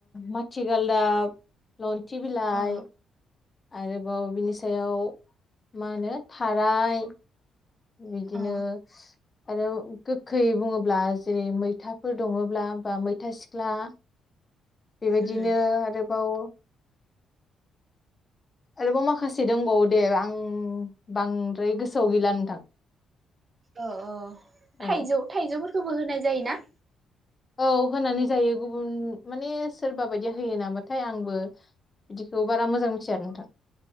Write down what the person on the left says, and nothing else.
माति गालदाब लन थि बिलाइ
आरोबाव बिनि सायाव मा होनो थाराय बिदिनो
आरो गोखै बुङोब्ला जेरै मैथाफोर दङ ब्ला बा मैथा सिख्ला बेबायदिनो
आरोबाव आरोबाव माखासे दंबावो दे आं बांद्राय गोसोआव गैला नोंथां
औ
औ होनानै जायो गुबुन माने सोरबा बायदि होयो नामा थाय आं बो बिदिखौ बारा मोजां मिथिया नोंथां